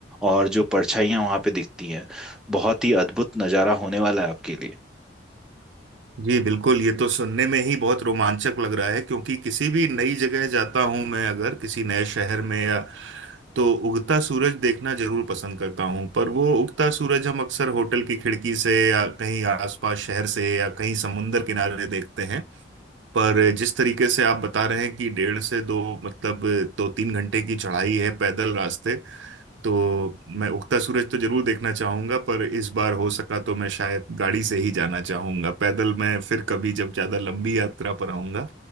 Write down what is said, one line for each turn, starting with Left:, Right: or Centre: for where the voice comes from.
Centre: और जो परछाइयां वहां पे दिखती हैं बहुत ही अद्भुत नजारा होने वाला है आपके लिए
Right: जी बिल्कुल ये तो सुनने में ही बहुत रोमांचक लग रहा है क्योंकि किसी भी नई जगह जाता हूं मैं अगर किसी नए शहर में या तो उगता सूरज देखना जरूर पसंद करता हूं पर वो उगता सूरज हम अक्सर होटल की खिड़की से या कहीं आसपास शहर से या कहीं समुंदर किनारे देखते हैं पर जिस तरीके से आप बता रहे हैं कि डेढ़ से दो मतलब दो तीन घंटे की चढ़ाई है पैदल रास्ते तो मैं उगता सूरज तो जरूर देखना चाहूंगा पर इस बार हो सका तो मैं शायद गाड़ी से ही जाना चाहूंगा पैदल मैं फिर कभी जब ज्यादा लंबी यात्रा पर आऊंगा